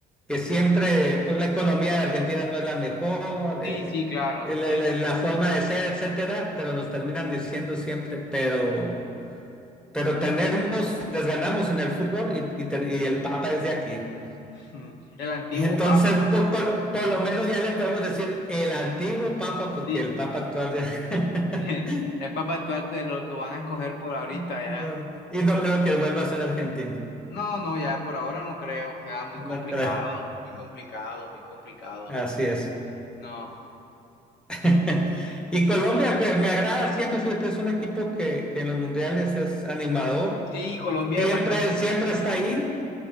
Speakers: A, in the centre; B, on the left (about 75°).
A: que siempre, pues la economía de Argentina no es la mejor,
B: Sí,
A: eh,
B: sí, claro.
A: la,
B: Ellos
A: la-
B: tienen
A: la forma de ser, etcétera, pero nos terminan diciendo siempre, pero. pero tenemos, les ganamos en el fútbol y, y, ten- y el Papa es de aquí.
B: Mm. el antiguo
A: Entonces,
B: Papa.
A: no, por, por lo menos ya le podemos decir el antiguo Papa, porque
B: Sí.
A: el Papa actual ya...
B: <laughs>
A: <laughs>
B: El Papa actual te lo, lo van a escoger por ahorita
A: No,
B: ya.
A: Y no creo que vuelva a ser argentino.
B: No, no, ya por ahora no creo. Ya muy
A: No
B: complicado,
A: creo.
B: muy complicado, muy complicado.
A: Así es.
B: No.
A: <laughs>
B: <laughs>
A: Y Colombia me, me agrada siempre, fíjate, es un equipo que, que en los mundiales es animador.
B: Sí, Colombia
A: Siempre,
B: es bastante,
A: siempre está ahí